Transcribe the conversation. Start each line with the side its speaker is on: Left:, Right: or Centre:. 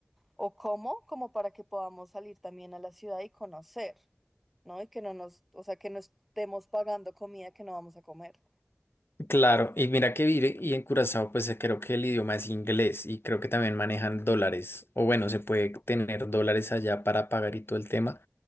Centre: o cómo, como para que podamos salir también a la ciudad y conocer, ¿no? Y que no nos, o sea, que no estemos pagando comida que no vamos a comer.
Left: Claro, y mira que vive y en Curazao pues eh, creo que el idioma es inglés y creo que también manejan dólares o bueno, se puede tener dólares allá para pagar y todo el tema,